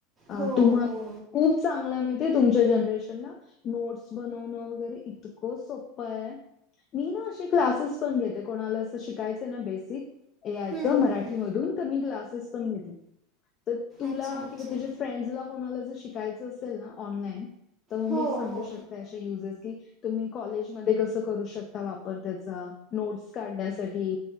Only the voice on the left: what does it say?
अ तुम्हाला
खूप चांगलंय माहितीये तुमच्या जनरेशनला नोट्स बनवणं वगैरे इतकं सोप्पय. मी न अशी क्लासेस पण घेते कोणाला असं शिकायचय ना बेसिक ए आय
च
मराठीमधून
त मी क्लासेस पण घेते त तुला
किंवा तुझे फ्रेंड्सला कोणाला जर शिकायचं असेल ना ऑनलाईन तर म
मी सांगू
शकते अशे युजेस की तुम्ही कॉलेजमध्ये कसं करू शकता वापर त्याचा नोट्स काढण्यासाठी